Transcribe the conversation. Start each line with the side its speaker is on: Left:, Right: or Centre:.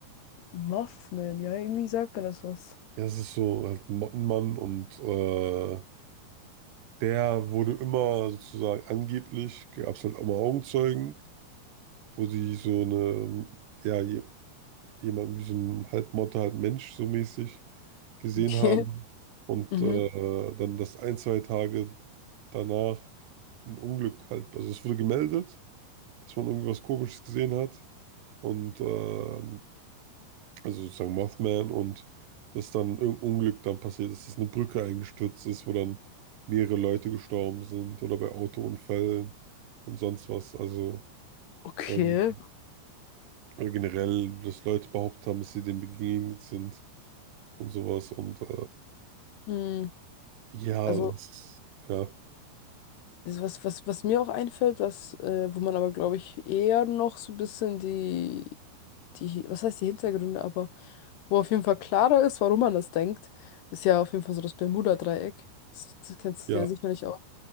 Left: Muffman, ja, irgendwie sagt mir das was.
Right: Ja, es ist so halt ein Mottenmann und äh, der wurde immer sozusagen angeblich, gab es halt auch mal Augenzeugen, wo sie so eine, ja, jemanden wie so einen Halbmotte, halb Mensch so mäßig gesehen
Left: Okay.
Right: haben und
Left: <laughs>
Right: äh,
Left: Mhm.
Right: dann das ein, zwei Tage danach ein Unglück halt, also es wurde gemeldet, dass man irgendwie was Komisches gesehen hat und ähm, also sozusagen Mothman und dass dann irgendein Unglück dann passiert ist, dass eine Brücke eingestürzt ist, wo dann mehrere Leute gestorben sind oder bei Autounfällen und sonst was, also
Left: Okay.
Right: ähm, oder generell, dass Leute behauptet haben, dass sie dem begegnet sind. und sowas. Und äh,
Left: Hm.
Right: ja,
Left: Also
Right: das, ja,
Left: Also was, was, was mir auch einfällt, was, äh, wo man aber, glaube ich, eher noch so ein bisschen die, die, was heißt die Hintergründe, aber wo auf jeden Fall klarer ist, warum man das denkt, ist ja auf jeden Fall so das Bermuda-Dreieck. Das, das kennst
Right: ja,
Left: du ja sicherlich auch.